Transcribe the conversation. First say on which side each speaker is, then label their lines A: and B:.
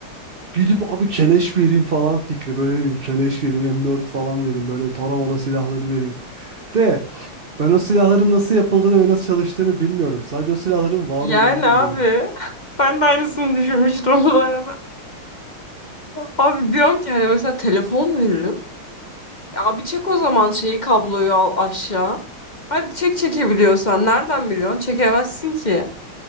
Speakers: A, on the right; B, on the left.
A: Gidip abi keleş vereyim falan fikri. Böyle ne bileyim keleş vereyim, M4 falan vereyim. Böyle taramalı silahları vereyim. De ben o silahların nasıl yapıldığını ve nasıl çalıştığını bilmiyorum. Sadece o silahların var
B: Yani
A: olduğunu
B: abi
A: biliyorum.
B: <laughs> ben de aynısını düşünmüştüm bu arada. Abi diyorum ki hani mesela telefon veririm. Abi çek o zaman şeyi kabloyu al aşağı. Hadi çek çekebiliyorsan nereden biliyorsun? Çekemezsin ki.